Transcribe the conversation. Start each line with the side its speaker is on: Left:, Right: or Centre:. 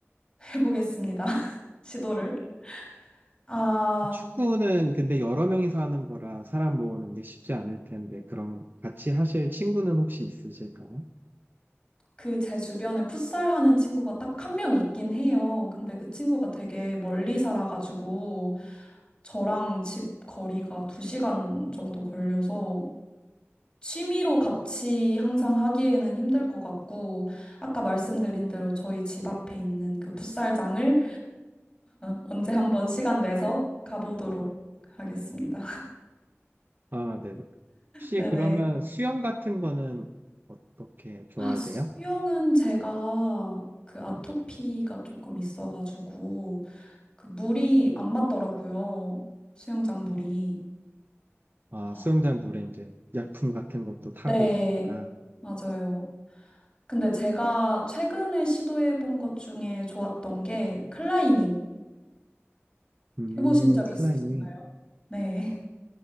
Left: 해보겠습니다. <laughs> 시도를. 아,
Right: 축구는 근데 여러 명이서 하는 거라 사람 모으는 게 쉽지 않을 텐데, 그럼 같이 하실 친구는 혹시 있으실까요?
Left: 그 제 주변에 풋살 하는 친구가 딱 한 명 있긴 해요. 근데 그 친구가 되게 멀리 살아가지고 저랑 집 거리가 두시간 정도 걸려서 취미로 같이 항상 하기에는 힘들 것 같고 아까 말씀드린 대로 저희 집 앞에 있는 그 풋살장을 언제 한번 시간 내서 가보도록 하겠습니다. <laughs>
Right: 아, 네네. 혹시
Left: 네네.
Right: 그러면 수영 같은 거는 어떻게 좋아하세요?
Left: 아, 수영은 제가 그 아토피가 조금 있어가지고 그 물이 안 맞더라고요. 수영장 물이.
Right: 아,
Left: 어,
Right: 수영장 물에 이제 약품 같은 것도 타고
Left: 네,
Right: 이러니까.
Left: 맞아요. 근데 제가 최근에 시도해본 것 중에 좋았던 게 클라이밍.
Right: 음,
Left: 해보신 적
Right: 클라이밍.
Left: 있으신가요? 네.